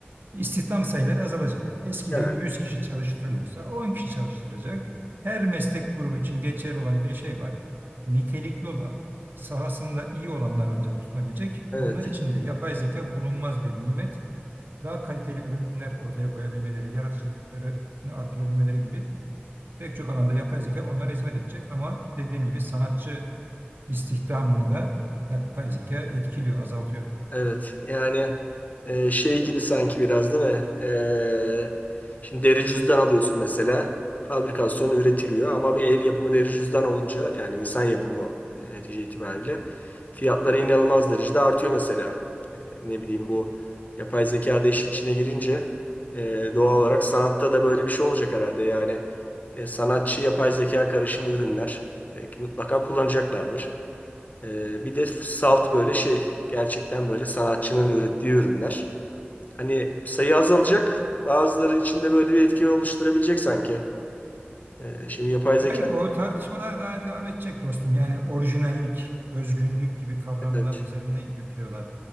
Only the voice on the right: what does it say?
İstihdam sayıları azalacak. Eskiden
100 kişi çalıştırılıyorsa 10 kişi çalıştırılacak. Her meslek grubu için geçerli olan bir şey var. Nitelikli olan, sahasında iyi olanlar ancak tutunabilecek.
Onlar için de yapay zeka bulunmaz bir nimet. Daha kaliteli ürünler ortaya koyabilmeleri, yaratıcılıklarını arttırabilmeleri gibi pek çok alanda yapay zeka onlara hizmet edecek. Ama dediğim gibi sanatçı istihdamını da yapay zeka etkiliyor, azaltıyor.
Yani o tartışmalar daha devam edecek dostum. Yani orijinallik, özgünlük gibi kavramlar
üzerinden götürüyorlar.